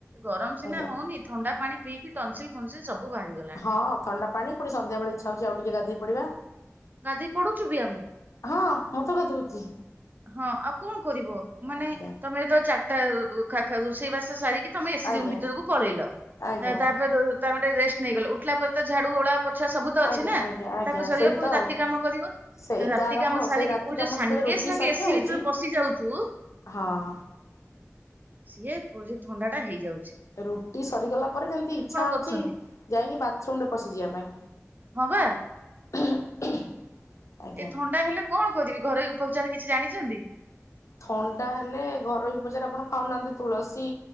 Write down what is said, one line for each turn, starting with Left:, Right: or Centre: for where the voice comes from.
Right: ଗରମ ସିନା
Left: ଆଜ୍ଞା
Right: ହଉନି ଥଣ୍ଡା ପାଣି ପିଇକି ତନସିଲ୍ ଫନସିଲ ସବୁ ବାହାରିଗଲାଣି।
Left: ହଁ ଥଣ୍ଡା ପାଣି ପୁଣି ସନ୍ଧ୍ୟାବେଳେ ଇଛା ହଉଛି ଆଉ ଟିକେ ଗାଧେଇ ପଡିବା।
Right: ଗାଧେଇ ପଢୁଛୁ ବି ଆମେ।
Left: ହଁ ମୁଁ ତ ଗାଧଉଛି।
Right: ହଁ, ଆଉ କଣ କରିବ? ମାନେ
Left: ଆଜ୍ଞା
Right: ତୋମେ ତ ଚାଟା ଉ, ଉ, ଖା- ଖା- ରୋଷେଇ ବାସ ସାରିକି ତୋମେ ଏସି
Left: ଆଜ୍ଞା
Right: ରୁମ୍ ଭିତରକୁ ପଳେଇଲ।
Left: ଆଜ୍ଞା
Right: ଏ ତାପରେ ଯୋଉ ତ ଘଣ୍ଟେ ରେଷ୍ଟ ନେଇଗଲ। ଉଠିଲା ପରେ ତ ଝାଡୁ ଓଳା ପୋଛା ସବୁ ତ
Left: ଆଜ୍ଞା
Right: ଅଛି ନା,
Left: ଆଜ୍ଞା ଆଜ୍ଞା
Right: ତାକୁ ସାରିବ
Left: ସେଇ
Right: ପୁଣି
Left: ତ
Right: ରାତି
Left: ଆଉ
Right: କାମ କରିବ।
Left: ସେଇ
Right: ରାତି
Left: ତ ଆରମ୍ଭ
Right: କାମ
Left: ଆଉ
Right: ସାରିକି
Left: ସେଇ ରାତି
Right: ତୁ
Left: କାମ
Right: ଯୋଉ ସାଙ୍ଗେ
Left: ଯେତେବେଳେ ରୁଟି
Right: ସାଙ୍ଗେ
Left: ସରିଯାଉଛି
Right: ଏସିି ଭିତରେ ପଶି ଯାଉଛୁ।
Left: ହଁ
Right: ସିଏ ପ-ଯୋଉ ଥଣ୍ଡା ଟା ହେଇଯାଉ
Left: ରୁଟି ସରିଗଲା ପରେ ଯେମିତି ଇଚ୍ଛା ହଉଛି
Right: କରୁଛନ୍ତି
Left: ଯାଇକି ବାଥରୁମ୍ ରେ ପଶିଯିବା ପାଇଁ।
Right: ହଁ ବା।
Left: <unintelligible> ଆଜ୍ଞା।
Right: ଏଇ ଥଣ୍ଡା ହେଲେ କଣ କରିବି ଘରେଇ ଉପଚାର କିଛି ଜାଣିଛନ୍ତି?
Left: ଥଣ୍ଡା ହେଲେ ଘରୋଇ ଉପଚାର ଆପଣ ଖାଉନାହାନ୍ତି ତୁଳସୀ